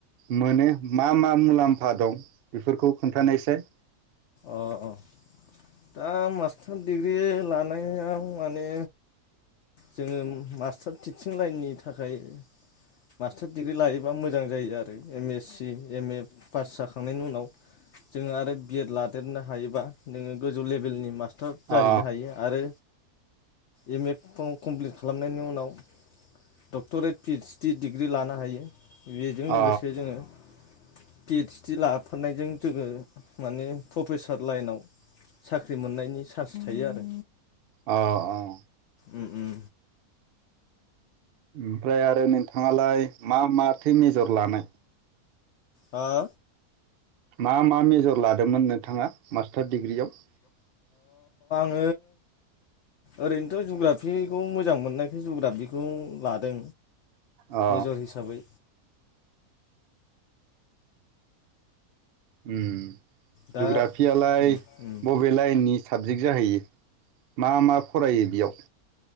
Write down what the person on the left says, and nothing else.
अ अ दा मास्टार डिग्रि लानाया माने जोंडो मास्टार थिंसिं लायननि थाखाय मास्टार डिग्रि लानायोबा मोजां जायो आरो M A C M A फास जाखांनायनि उनाव जोङो आरो बि इद लादेरनो हायोब्ला नोंङो गोजौ लेबेलनि मास्टार जाहैनो
हायो आरो एम ए ख-खमप्लिथ खालामनायनि उनाव दकथरेद पि एइस दि दिग्रि लानो हायो बेजों लोगोसे
जोङो पि एदस डि लाफानायजों जोङो माने प्रफेसर लाइनाव साख्रि मोननायनि चान्स थायो आरो
उम उम
हा
ओं ओरैनोथ' जुग्राफिखौ मोजां मोननाय जुग्राफिखौ लादों।
मेजर हिसाबै।
दा
उम उम